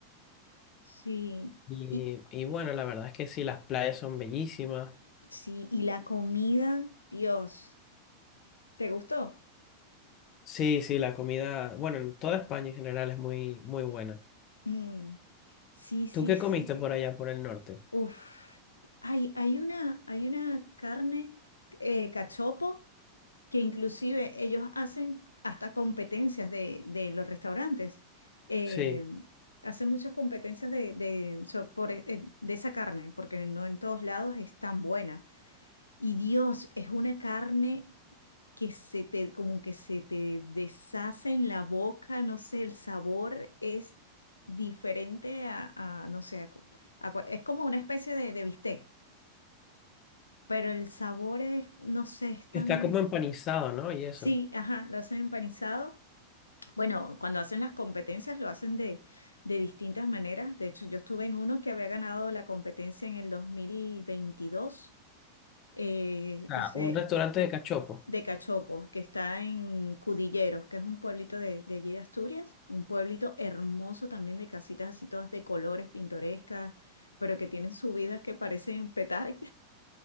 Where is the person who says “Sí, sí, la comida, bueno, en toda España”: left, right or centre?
Left